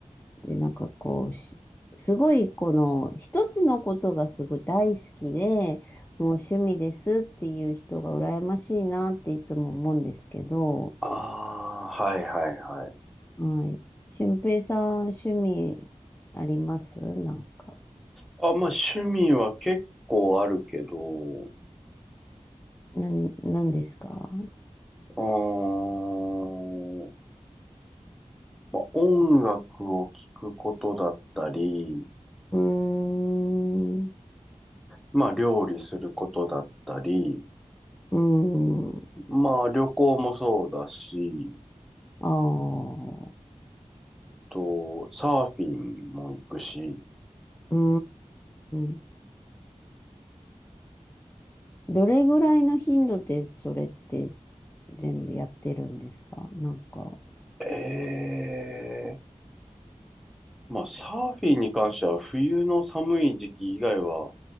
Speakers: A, on the left; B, in the centre.
A: で、なんかこう、しすごいこの一つのことがすごい大好きで、もう趣味ですっていう人が羨ましいなっていつも思うんですけど、
B: ああ、はいはいはい。
A: はい。俊平さん、趣味ありますなんか。
B: あ、まあ趣味は結構あるけど、う
A: なん、なんですか
B: ーん、まあ音楽を聴くことだったり、
A: うーん。う
B: まあ料理することだったり、
A: ーん。
B: まあ旅行もそうだし、
A: ああ。
B: と、サーフィンも行くし、
A: うーん。どれぐらいの頻度でそれって全部やってるんですかなんか。
B: えまあ、サーフィンに関しては、冬の寒い時期以外は、